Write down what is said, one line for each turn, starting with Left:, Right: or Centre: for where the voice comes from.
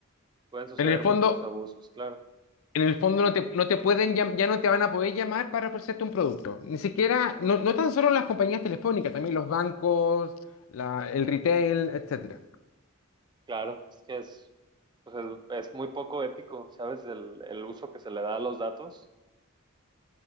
Right: pueden suceder
Left: en el fondo...
Right: muchos abusos, claro,
Left: En el fondo no te, no te pueden, llam- ya no te van a poder llamar para ofrecerte un producto. Ni siquiera, no, no tan solo las compañías telefónicas, también los bancos, la- el retail, etcétera.
Right: claro, es que es, pues es, es muy poco ético, ¿sabes? El, el uso que se le da a los datos,